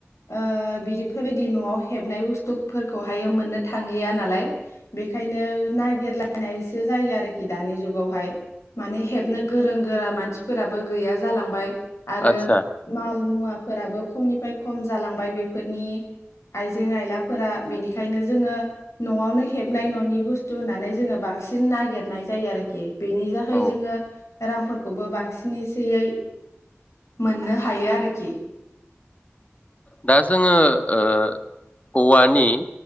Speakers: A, on the left; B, on the left.
A: ओ बिदिफोरबायदि न'आव हेबनाय बुस्थुफोरखौहाय मोननो थांलिया नालाय। बेखायनो नागिरलायनायसो जायो आरोखि दानि जुगावहाय। माने हेबनो गोरों गोरा मानसिफोराबो गैया जालांबाय आरो
B: आदसा
A: माल मुवा फोराबो खमनिफ्राय खम जालांबाय बेफोरनि आइजें आइलाफोरा बेनिखायनो जोङो न' आवनो हेबनाय न'नि बुस्थु होननानै जोङो बांसिन नागिरनाय जायो आरोखि। बेनि जाहै
B: औ
A: जोङो रांफोरखौबो बांसिन एसेयै मोननो हायो आरोखि।
B: दा जोङो ओ औवानि